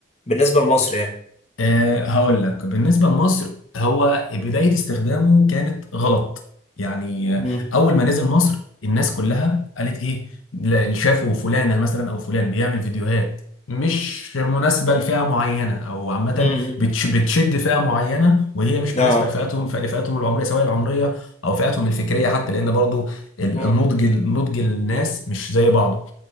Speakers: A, on the left; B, on the left.
A: بالنسبة لمصر يعني
B: أه هقول لك بالنسبة لمصر هو بداية استخدامه كانت غلط يعني
A: مم.
B: آه، أول ما نزل مصر الناس كلها قالت إيه لا، شافوا فلانة مثلا أو فلان بيعمل فيديوهات مش مناسبة لفئة معينة أو عامة
A: مم.
B: بتش بتشد فئة معينة وهي مش مناسبة
A: اه
B: لفئتهم لفئتهم العمرية سواء العمرية أو فئتهم الفكرية حتى لأن برضه ال-
A: مم.
B: النضج النضج الناس مش زي بعضه